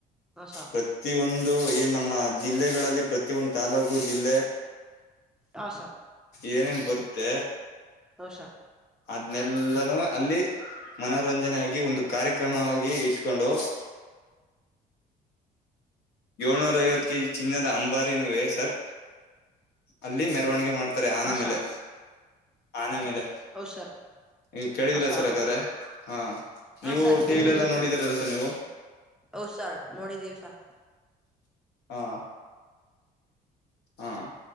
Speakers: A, in the centre; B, on the left.
A: <unintelligible>
B: ಪ್ರತಿ ಒಂದು ಏನ್ ನಮ್ಮ ಜಿಲ್ಲೆಗಳಲ್ಲಿ ಪ್ರತಿಯೊಂದು ತಾಲೂಕು, ಜಿಲ್ಲೆ
A: ಹಾ ಸ
B: ಏನೇನ್ ಬರುತ್ತೆ
A: ರೋಶಾ <unintelligible>
B: ಅದನೆಲ್ಲಾನೂ ಅಲ್ಲಿ ಮನೋರಂಜನೆ ಆಗಿ ಒಂದು ಕಾರ್ಯಕ್ರಮವಾಗಿ ಇಸ್ಕಂಡು ಏಳ್ನೂರ ಐವತ್ತು ಕೆಜಿ ಚಿನ್ನದ ಅಂಬಾರಿ ನವೆ ಸರ್ ಅಲ್ಲಿ ಮೆರವಣಿಗೆ ಮಾಡ ಹತ್ತ ಆನೆ
A: ಹಾ
B: ಮೇಲೆ
A: ಸ
B: -ಆನೆ ಮೇಲೆ
A: ಹೌ ಸರ್ <inaudible>
B: ಈ ಕೇಳಿದಿರ
A: ಹಾ ಸ
B: ಸರ್ ಹಾಗಾದ್ರೆ ಹಾ,
A: ಹಾ
B: ನೀವು
A: ಸ ಕೇಳಿದೀವಿ
B: ಟಿವಿ ನೈನ್ಲ್ಲಿನೋಡಿದೀರಸರ್
A: ಸ
B: ನೀವು
A: ಹೌದ್ ಸರ್ ನೋಡಿದಿವಸ <unintelligible>
B: ಹ್ಮ್, ಹ್ಮ್